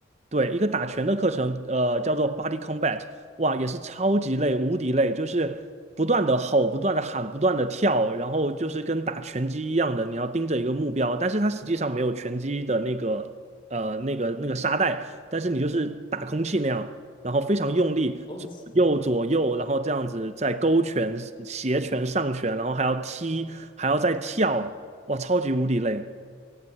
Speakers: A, on the right; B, on the left.
A: 对，一个打拳的课程，呃，叫做 Body Combat，哇，也是超级累，无敌累，就是不断的吼，不断的喊，不断的跳，然后就是跟打拳击一样的，你要盯着一个目标，但是它实际上没有拳击的那个，呃，那个那个沙袋，但是你就是打空气那样，然后非常用力，
B: 哦，
A: 左右左右，
B: 是是
A: 然后这样子在勾拳、斜拳、上拳，然后还要踢，还要再跳，哇，超级无敌累。